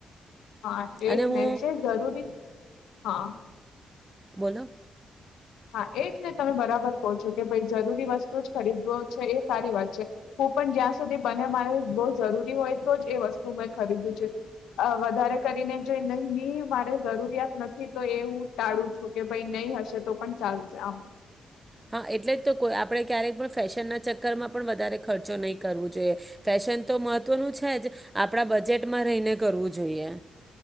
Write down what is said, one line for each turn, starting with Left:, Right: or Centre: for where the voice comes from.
Left: હા એક
Right: અને
Left: <unintelligible>
Right: હું
Left: છે ઝરૂરી હાં.
Right: બોલો.
Left: હા એ જ ને તમે બરાબર કહો છો કે ભઈ જરૂરી વસ્તુ જ ખરીદવો છે એ સારી વાત છે, હું પણ જ્યાં સુધી બને મારે બઉ જરૂરી હોય તો જ એ વસ્તુ મેં ખરીદ્યું છે અ વધારે કરીને જો એ નહી ની મારે જરૂરિયાત નથી તો એ હું ટાળું છું કે ભઈ નઈ હશે તો પણ ચાલશે આમ
Right: હા એટલે જ તો કોઈ આપણે ક્યારેક પણ ફેશનના ચક્કરમાં પણ વધારે ખર્ચો નઈ કરવો જોઈએ, ફેશન તો મહત્વનું છે જ આપણા બજેટમાં રહીને કરવું જોઈએ.